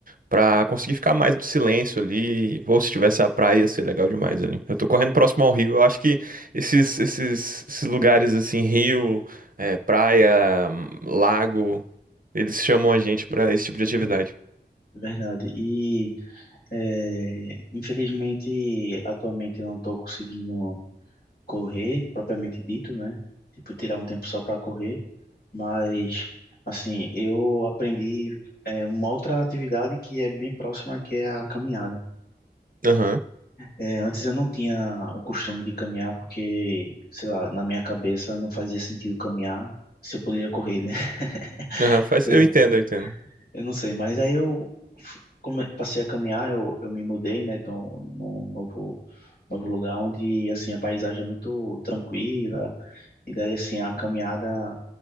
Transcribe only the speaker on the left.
Verdade. E, é, infelizmente, atualmente eu não tô conseguindo correr, propriamente dito, né? Tipo, tirar um tempo só para correr, mas assim, eu aprendi é, uma outra atividade que é bem próxima, que é a caminhada.
É, antes eu não tinha o costume de caminhar porque, sei lá, na minha cabeça não fazia sentido caminhar se eu poderia correr, né? <laughs>
Sei
lá,
eu não sei, mas aí eu f- come- passei a caminhar, eu, eu me mudei, né? Então, num novo novo lugar onde assim a paisagem é muito tranquila e daí assim a caminhada